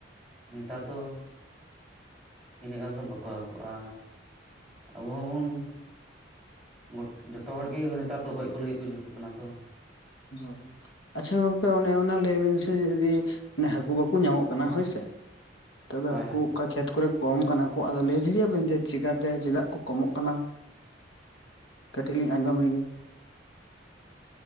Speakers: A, in the centre; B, on the left.
A: ᱱᱮᱛᱟᱨ ᱫᱚ ᱤᱱᱟᱹᱜ ᱜᱟᱱ ᱫᱚ ᱵᱟᱠᱚ ᱦᱟᱠᱚᱜᱼᱟ ᱟᱵᱚ ᱦᱚᱸᱵᱚᱱ ᱡᱚᱛ ᱡᱚᱛᱚ ᱦᱚᱲ ᱜᱮ ᱱᱮᱛᱟᱨ ᱫᱚ ᱜᱚᱡ ᱠᱚ ᱞᱟᱹᱜᱤᱫ ᱠᱚ ᱡᱷᱩᱸᱠᱩᱜ ᱠᱟᱱᱟ ᱛᱚ᱾
B: ᱦᱩᱸ, ᱟᱪᱪᱷᱟ ᱜᱚᱝᱠᱮ ᱚᱱᱮ ᱚᱱᱟ ᱞᱟᱹᱭ ᱵᱤᱱ ᱥᱮ ᱡᱩᱫᱤ ᱚᱱᱮ ᱦᱟᱹᱠᱩ ᱵᱟᱠᱚ ᱧᱟᱢᱚᱜ ᱠᱟᱱᱟ ᱦᱳᱭᱥᱮ᱾ ᱛᱚᱵᱮ
A: ᱦᱳᱭ
B: ᱦᱟᱹᱠᱩ
A: ᱦᱳᱭ
B: ᱚᱠᱟ ᱠᱷᱮᱛ ᱠᱚᱨᱮ ᱠᱚᱢ ᱠᱟᱱᱟ ᱠᱚ ᱟᱫᱚ ᱞᱟᱹᱭ ᱫᱟᱲᱮᱭᱟᱜ ᱵᱮᱱ ᱡᱮ ᱪᱮᱠᱟᱛᱮ ᱪᱮᱫᱟᱜ ᱠᱚ ᱠᱚᱢᱚᱜ ᱠᱟᱱᱟ?
A: <inaudible>
B: ᱠᱟᱹᱴᱤᱡ ᱞᱤᱧ ᱟᱸᱡᱚᱢ ᱞᱮᱜᱮ᱾